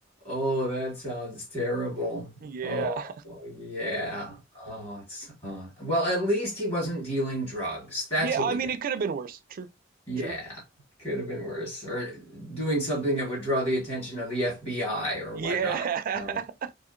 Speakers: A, on the left; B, on the right.
A: Oh, that sounds terrible.
B: Yeah.
A: Oh,
B: <laughs>
A: yeah. Oh, it's uh, well, at least he wasn't dealing drugs. That's
B: Yeah,
A: what
B: I
A: we
B: mean
A: can.
B: it could have been worse. True.
A: Yeah,
B: True.
A: could have been worse. Or doing something that would draw the attention of the FBI or
B: Yeah.
A: whatnot. You know,
B: <laughs>